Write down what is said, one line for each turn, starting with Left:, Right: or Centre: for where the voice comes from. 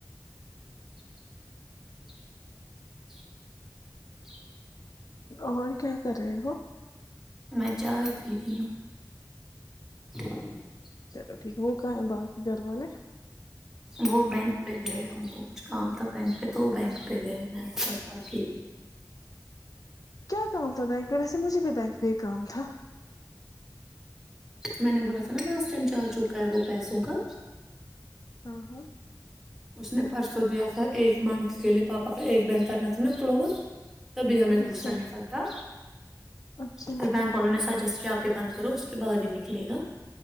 Centre: <unintelligible>
Left: اور کیا کر رہے ہو
Centre: میں چائے پی رہی ہوں <inaudible>
Left: چلو ٹھیک ہے وہ کہ ہے بس گھر وال والے
Centre: وہ بینک پہ گئے ان کو کچھ کام تھا بینک پہ تو وہ بینک پہ گئے میں آ کرتا اکیلی
Left: کیا کہن تھا بینک ر بس سے مجھے بھی بینک پ کام تھا
Centre: میں نے بولا تھا نا لاسٹ ٹائم چ آ چکا ہے وہ پیسوں کا
Left: ہاں ہاں
Centre: اس نے پرسوں دیا تھا ایک منتھ کے لیے پاپا کا ایک بینک کرنا تھا نا کلوز تبھی ہمیں
Left: اچھا
Centre: دوسرا نکلتا
Left: اچھا
Centre: پھر بینک والوں نے سجسٹ کیا بند کرو اس کے بعد ہی نکلے گا